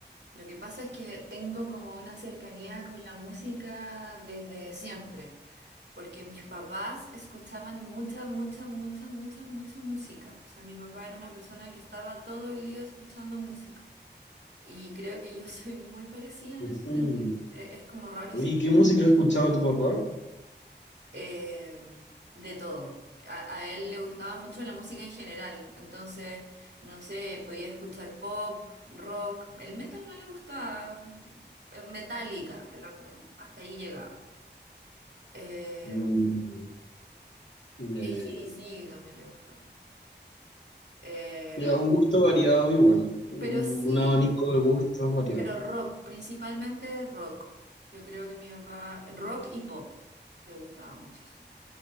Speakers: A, on the right; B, on the left.
A: lo que pasa es que tengo como una cercanía con la música desde siempre. porque mis papás escuchaban mucha, mucha, mucha, mucha, mucha música. O sea, mi papá era una persona que estaba todo el día escuchando música. Y creo que yo <laughs> soy muy parecida
B: Ujú.
A: en ese sentido. E- Es, como raro
B: Oye,
A: si
B: ¿y
A: no-
B: ¿qué música escuchaba tu papá?
A: eh, de todo. A, a él le gustaba mucho la música en general. Entonces, no sé, podía escuchar pop, rock. El metal no le gustaba. eh, Metallica, era como hasta ahí llegaba. Eh,
B: Mm, Ya,
A: d
B: ya, ya.
A: c también le gustaba. Eh,
B: Ya, un gusto variado igual. Un
A: Pero sí,
B: un abanico de gustos variado.
A: pero rock, principalmente rock. Yo creo que mi papá, rock y pop, le gustaba muchísimo.